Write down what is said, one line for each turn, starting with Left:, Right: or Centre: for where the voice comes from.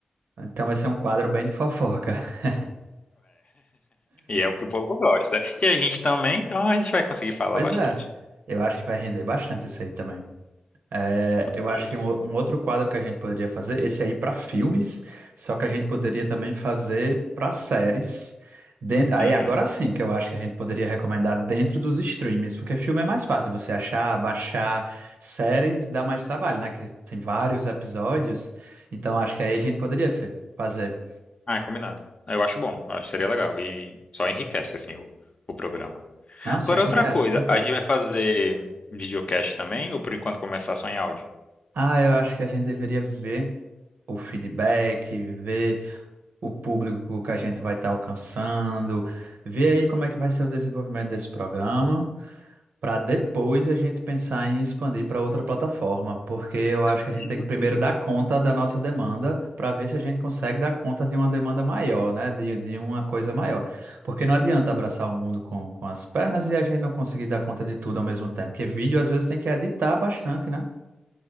Right: Então vai ser um quadro bem de fofoca. <laughs>
Left: E é o que o povo gosta. E a gente também, então a gente vai conseguir falar
Right: Pois
Left: bastante.
Right: é. Eu acho que vai render bastante isso aí também. É, eu
Left: E-
Right: acho que um, o- um outro quadro que a gente poderia fazer, esse aí para filmes, só que a gente poderia também fazer para séries. Dentro, aí
Left: Uhum.
Right: agora sim que eu acho que a gente poderia recomendar dentro dos streams, porque filme é mais fácil você achar, baixar, séries dá mais trabalho, né? Que tem vários episódios, então acho que aí a gente poderia fi- fazer.
Left: Ah, é combinado. Eu acho bom, eu acho que seria legal. E só enriquece, assim, o, o programa.
Right: Não, só
Left: Agora,
Right: enriquece,
Left: outra coisa,
Right: com certeza.
Left: a gente vai fazer videocast também, ou por enquanto começar só em áudio?
Right: Ah, eu acho que a gente deveria ver o feedback, ver. o público que a gente vai estar alcançando, ver aí como é que vai ser o desenvolvimento desse programa, para depois a gente pensar em expandir para outra plataforma, porque eu acho
Left: Eu
Right: que a gente
Left: digo
Right: tem que
Left: assim,
Right: primeiro dar conta da nossa demanda, para ver se a gente consegue dar conta de uma demanda maior, né? De, de uma coisa maior. Porque não adianta abraçar o mundo com, com as pernas e a gente não conseguir dar conta de tudo ao mesmo tempo, porque vídeo às vezes tem que editar bastante, né?